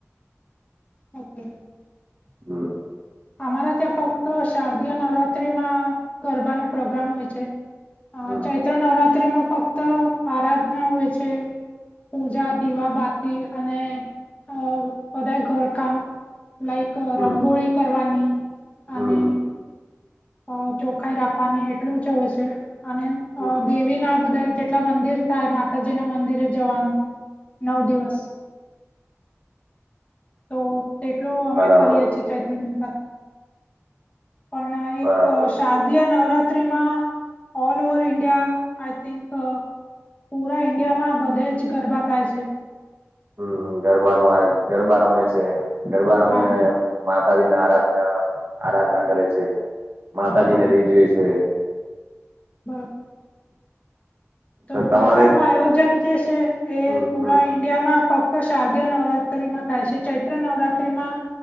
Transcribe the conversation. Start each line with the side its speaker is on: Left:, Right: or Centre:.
Left: ઓકે
Right: હમ્મ
Left: અમારા ત્યાં ફક્ત શારદીય નવરાત્રીમાં ગરબાનો પ્રોગ્રામ હોય છે. અ
Right: હમ
Left: ચૈત્ર નવરાત્રીમાં ફક્ત આરાધના હોય છે. પૂજા દીવાબાતી અને અ બધાયે ઘર કામ લાઈક
Right: હમ
Left: રંગોળી કરવાની અને
Right: હમ
Left: અ ચોખાઈ રાખવાની એટલું જ હોય છે અને
Right: હમ
Left: અ દેવીના બધા જેટલા મંદિર થાય માતાજીના મંદિરે જવાનું નવ દિવસ તો તેટલું અમે
Right: બરાબર
Left: કરીએ
Right: છે
Left: છીએ ચૈત્રની અંદર પણ અ
Right: બરાબર
Left: એક
Right: છે
Left: શા ઈન્ડિયા નવરાત્રીમાં all over India I think uh પુરા ઈન્ડિયામાં બધે જ ગરબા થાય છે.
Right: હમ ગરબાનું આયો ગરબા રમે છે, ગરબા રમીને
Left: હા
Right: માતાજીને આરાધના આરાધના કરે છે. માતાજીને
Left: હા
Right: રિજવે સે
Left: <inaudible> તો
Right: તમારે
Left: ગરબાનું આયોજન જે સે એ
Right: હમ
Left: પુરા
Right: હમ
Left: ઈ ઇન્ડિયામાં ફક્ત શારદીયો નવરાત્રીમાં થાય છે ચૈત્ર નવરાત્રીમાં